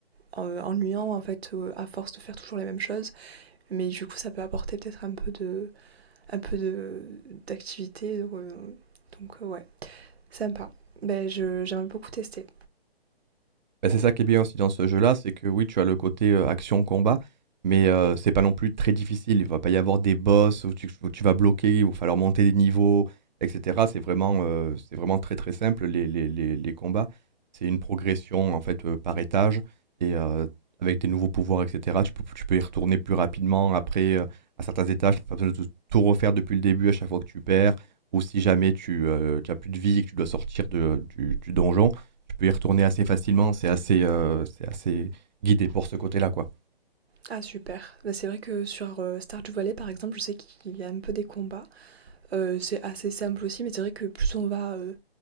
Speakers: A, on the right (about 80°); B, on the right (about 45°).
A: en- ennuyant en fait euh, à force de faire toujours la même chose, mais du coup, ça peut apporter peut-être un peu de un peu de d'activité, donc, euh, donc, euh, ouais, sympa. Ben je j'aimerais beaucoup tester.
B: Bah, c'est ça qui est bien aussi dans ce jeu-là, c'est que oui, tu as le côté, heu, action-combat, mais heu, c'est pas non plus très difficile. Il va pas y avoir des boss où tu où tu vas bloquer, il va falloir monter des niveaux et cetera. C'est vraiment, heu, c'est vraiment très, très simple les les les les combats. C'est une progression en fait, heu, par étage et heu, avec tes nouveaux pouvoirs et cetera, tu peux tu peux y retourner plus rapidement après, heu, à certains étages, tu n'as pas besoin de tout refaire depuis le début à chaque fois que tu perds ou si jamais tu, heu, as plus de vie et que tu dois sortir de du du donjon, tu peux y retourner assez facilement, c'est assez, euh, c'est assez guidé pour ce côté-là, quoi.
A: Ah super. Ben, c'est vrai que sur euh, Stardew Valley par exemple, je sais qu'il y a un peu des combats. Euh, c'est assez simple aussi, mais c'est vrai que plus on va euh,